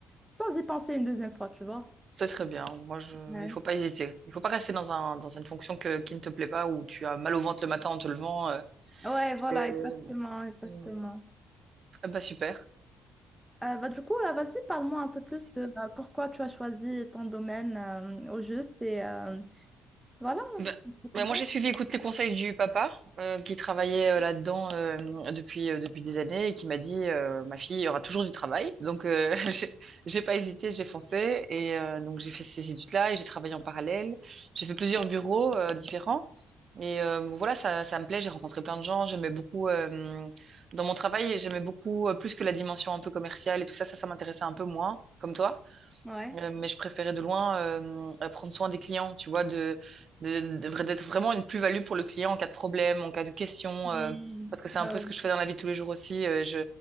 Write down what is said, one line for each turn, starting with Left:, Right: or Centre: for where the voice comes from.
Centre: sans y penser une deuxième fois, tu vois.
Right: c'est très bien. Moi, je...
Centre: Ouais.
Right: il faut pas hésiter. Il faut pas rester dans un, dans une fonction que, qui ne te plaît pas, où tu as mal au ventre le matin en te levant. euh,
Centre: Ouais, voilà,
Right: C'est-
Centre: exactement, exactement.
Right: Mm. Ah bah super.
Centre: Euh, bah, du coup, euh, vas-y, parle-moi un peu plus de euh, pourquoi tu as choisi ton domaine euh, au juste et euh, voilà,
Right: Ben-
Centre: un truc comme
Right: ben
Centre: ça.
Right: moi, j'ai suivi, écoute, les conseils du papa euh, qui travaillait euh, là-dedans euh, depuis, euh, depuis des années et qui m'a dit, euh, ma fille, il y aura toujours du travail. Donc, euh, <laughs> j'ai j'ai pas hésité, j'ai foncé. Et euh, donc, j'ai fait ces études-là et j'ai travaillé en parallèle. J'ai fait plusieurs bureaux euh, différents. Et euh, bon, voilà, ça, ça me plaît. J'ai rencontré plein de gens. J'aimais beaucoup, euh, dans mon travail, j'aimais beaucoup euh, plus que la dimension un peu commerciale et tout ça. Ça, ça m'intéressait un peu moins, comme toi.
Centre: Ouais.
Right: Euh, mais je préférais de loin euh, euh, prendre soin des clients, tu vois, de, de, de vra- d'être vraiment une plus-value pour le client en cas de problème, en cas de question,
Centre: Hmm.
Right: euh, parce que c'est
Centre: Ouais,
Right: un peu
Centre: ouais.
Right: ce que je fais dans la vie de tous les jours aussi. euh, je,